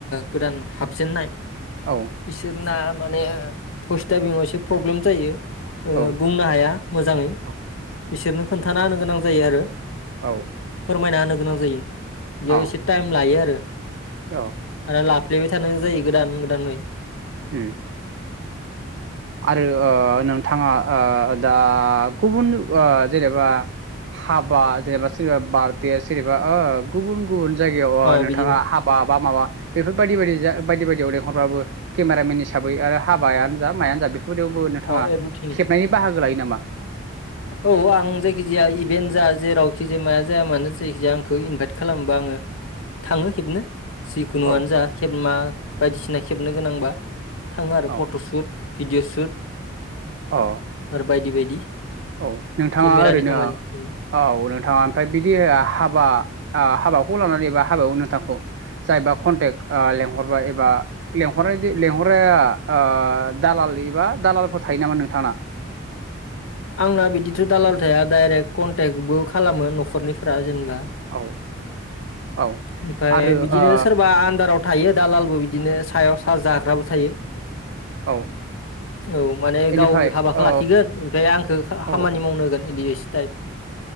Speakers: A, on the left; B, on the right.
A: गोदान हाबजेननाय
B: औ
A: बिसोरना माने फस्थाव बिमाव एसे प्रब्लेम जायो। ओ
B: औ नोंथां
A: बुंनो हाया मोजाङै
B: औ
A: बिसोरनो खोन्थाना होनो गोनां जायो आरो
B: औ
A: फोरमायना होनो गोनां जायो। बेयाव
B: औ
A: एसे टाइम लायो आरो
B: औ
A: आरो लाफ फफ्लेबाय थानो जायो गोदान गोदानै
B: उम आरो ओ नोंथाङा ओ दा गुबुन ओ जेनेबा हाबा जेनेबा सोरनिबा बारडे सोरनिबा ओ गुबुन गुबुन जायगायाव ओ
A: अ
B: नोंथाङा
A: बिदिनो
B: हाबा बा माबा बेफोर बायदि बायदि जा बायदि बायदियाव लेंहरबाबो केमेरामेन हिसाबै आरो हाबायानो जा मायानो जा बेफोर यावबो नोंथाङा
A: अ एभ्रिथिं
B: खेबनायनि बाहागो लायो नामा?
A: औ आं जायखिजाया इभेन्ट जा जेरावखि जाया मानो जायखिजाया आंखौ इनभाइट खालामबा आङो थाङो खेबनो जिखुनुआनो
B: औ
A: जा खेब मा बायदिसिना खेबनो गोनांबा थाङो आरो
B: औ
A: फट'सुट भिडिअ' सुट
B: औ
A: आरो बायदि बायदि।
B: औ नोंथाङा
A: केमेरानि
B: ओरैनो
A: खामानि
B: औ नोंथाङा ओमफ्राय बिदि हाबा ओ हाबाखौ लानानै एबा हाबायावनो नोंथांखौ जायबा कन्टेक ओ लेंहरबाय एबा लेंहरनाय लेंहरा ओ दालाल एबा दालालफोर थायो नामा नोंथाङा? <inaudible>
A: आंना बिदिथ' दालाल थाया डाइरेक्ट कनटेक्टबो खालामो न'खरनिफोरा जेनेबा
B: औ औ
A: ओमफ्राय
B: आरो
A: बिदिनो
B: ओ
A: सोरबा आनदाराव थायो दालालबो बिदिनो सायाव जाग्राबो थायो
B: औ
A: औ माने
B: बेनिफ्राय
A: गाव हाबाखौ
B: औ
A: ला खिगोन ओमफ्राय आंखौ
B: औ
A: खामानि मावनो होगोन बिदि एसे टाइप